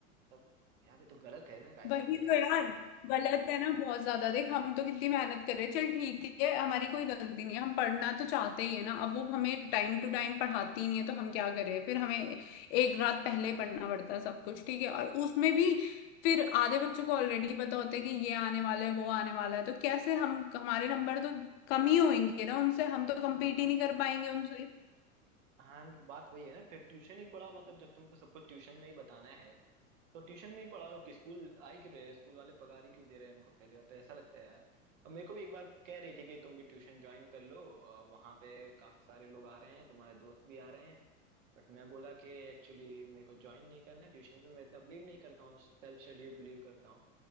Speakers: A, on the right; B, on the left.
A: तब यार ये तो गलत है ना कायदे
B: वही
A: से देखा
B: तो
A: जाए
B: यार
A: तो
B: गलत है ना बहुत ज्यादा देख हम तो कितनी मेहनत कर रहे हैं चल ठीक है हमारी कोई गलती नहीं है हम पढ़ना तो चाहते ही है ना अब वो हमें टाइम टू टाइम पढ़ाती ही नहीं है तो हम क्या करें फिर हमें एक रात पहले ही पढ़ना पड़ता है सब कुछ ठीक है और उसमें भी फिर आधे बच्चों को ऑलरेडी पता होता है कि ये आने वाला है वो आने वाला है तो कैसे हम हमारे नंबर तो कम ही होंगे ना उनसे हम तो कम्पीट
A: हाँ
B: ही नहीं कर पाएंगे उनसे
A: हाँ बात वही है ना फिर ट्यूशन ही पढ़ाओ मतलब जब तुमको सब कुछ ट्यूशन में ही बताना है तो ट्यूशन में ही पढ़ा और स्कूल आई क्यों रहे हैं? स्कूल वाले पगार ही क्यों दे रहे हैं उनको पहली बात तो ऐसा लगता है यार अब मेरे को भी एक बार कह रही थी कि तुम भी ट्यूशन ज्वाइन कर लो अ, वहाँ पे काफी सारे लोग आ रहे हैं तुम्हारे दोस्त भी आ रहे हैं बट मैं बोला कि एक्चुअली मेरे को ज्वाइन नहीं करना है ट्यूशन पे मैं इतना बिलीव नहीं करता हूँ सेल्फ स्टडी बिलीव करता हूँ